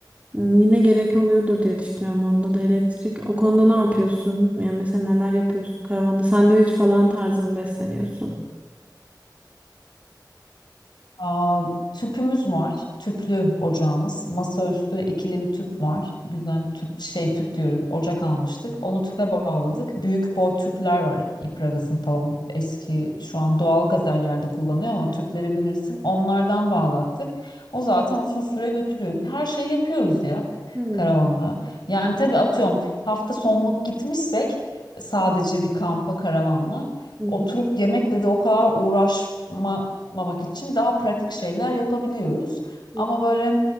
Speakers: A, on the right; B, on the left.
A: hmm, yine gerek oluyordur diye düşünüyorum. Onda da elektrik. O konuda ne yapıyorsun? Yani mesela neler yapıyorsun karavanda? Sandviç falan tarzı mı besleniyorsunuz?
B: Aa, tüpümüz var. Tüplü ocağımız. Masaüstü ikili bir tüp var. Güzel bir tüp şey tüp diyorum. Ocak almıştık. Onu tüpe bağladık. Büyük boy tüpler var. İpragaz'ın falan. Eski şu an doğal gaz her yerde kullanıyor ama tüpleri bilirsin. Onlardan bağlattık. O zaten uzun süre götürüyor. Bir her şeyi yapıyoruz ya
A: Hmm.
B: karavanda. Yani tabii atıyorum hafta sonluk gitmişsek sadece bir kampa karavanla
A: Hı
B: oturup
A: hı,
B: yemekle de o kadar uğraşma yapmamak için daha pratik şeyler yapabiliyoruz.
A: hı
B: Ama böyle